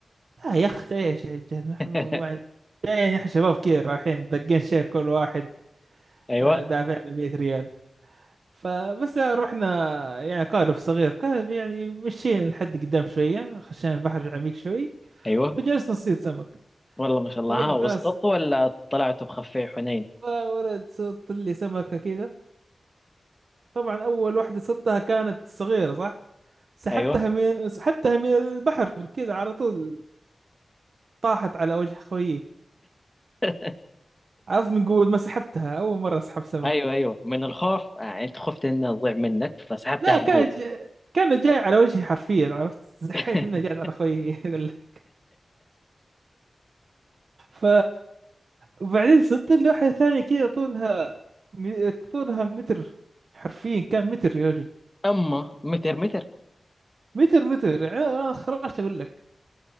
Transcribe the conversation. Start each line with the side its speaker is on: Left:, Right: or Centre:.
Right: اه يا اخت ايش يا رجال نحن
Left: <laughs>
Right: مع- جايين احنا شباب كثير رايحين دقين شير كل واحد
Left: أيوة
Right: آه، دافعنا 100 ريال فبس رحنا يعني قارب صغير قارب يعني مشينا لحد قدام شوية خشينا البحر عميق شوي
Left: أيوة
Right: وجلسنا نصيد سمك
Left: والله ما شاء الله
Right: اقول
Left: ها
Right: لك
Left: وسطت
Right: آه،
Left: ولا طلعتوا بخفي حنين
Right: يا ولد صدت لي سمكة كذا طبعا اول واحدة صدتها كانت صغيرة صح سحبتها
Left: أيوة
Right: من سحبتها من البحر كذا على طول طاحت على وجه خويي
Left: <laughs>
Right: عرفت من قوة ما سحبتها أول مرة أسحب سمك
Left: أيوة أيوة من الخوف آه، أنت خفت إنها تضيع منك فسحبتها
Right: لا
Left: بقوة
Right: كان ج... كان جاي على وجهي حرفيا عرفت زحيت
Left: <laughs>
Right: منه جاي على خويي <laughs> يقول لك ف وبعدين صرت اللوحة الثانية كذا طولها م... طولها متر حرفيا كان متر يا رجل
Left: أما متر متر
Right: متر متر يعني أنا خرجت أقول لك